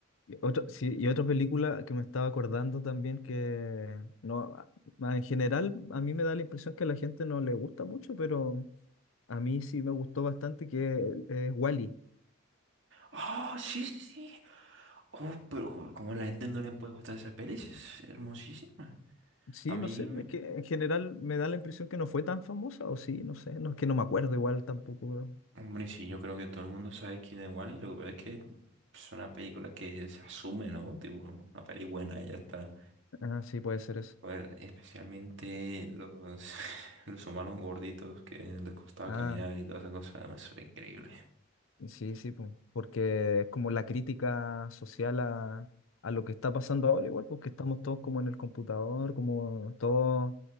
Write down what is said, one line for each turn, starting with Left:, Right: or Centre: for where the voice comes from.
Left: Y otra, sí, y otra película que me estaba acordando también que no, a- en general a mí me da la impresión que a la gente no le gusta mucho, pero a mí sí me gustó bastante que es Wally.
Right: ¡Ah, sí, sí, sí! Oh, pero co- como a la gente no le puede gustar esa peli, sí es hermosísima.
Left: Sí,
Right: A mí,
Left: no sé, es que en general me da la impresión que no fue tan famosa, o sí, no sé, no es que no me acuerdo igual tampoco.
Right: hombre, sí, yo creo que todo el mundo sabe quién es Wally, lo que pasa es que es una película que se asume, ¿no? Tipo, una peli buena y ya está.
Left: Ah, sí, puede ser eso.
Right: Bueno, especialmente los, <laughs> los humanos gorditos que les costaba
Left: Ah.
Right: caminar y toda esa cosa, no, eso era increíble.
Left: Sí, sí, po, porque es como la crítica social a, a lo que está pasando ahora, igual, porque estamos todos como en el computador, como todos,